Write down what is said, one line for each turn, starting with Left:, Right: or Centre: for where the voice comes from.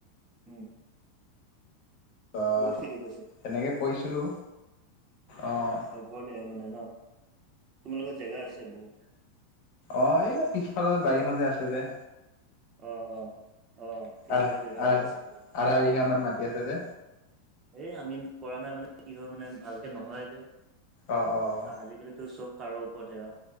Right: উম
Left: অঁ
Right: বহুত খেতি কৰিছে
Left: তেনেকে কৰিছিলোঁ। অ'
Right: অঁ ঘৰতে মানে ন। তোমালোকৰ জেগা আছে বহুত।
Left: অঁ এয়া পিছফালৰ বাৰীখন যে আছে যে।
Right: অঁ অঁ অ। পিছফালে
Left: আঢ়া
Right: জেগা
Left: আঢ়া
Right: অলপ আছিল
Left: আধা বিঘা মান মাটি আছে যে।
Right: এই আমি কৰা নাই মানে কি হয় মানে ভালকে নহয়ে যে।
Left: অ' অ'
Right: আজিকালিটো চব সাৰৰ ওপৰতে আউ।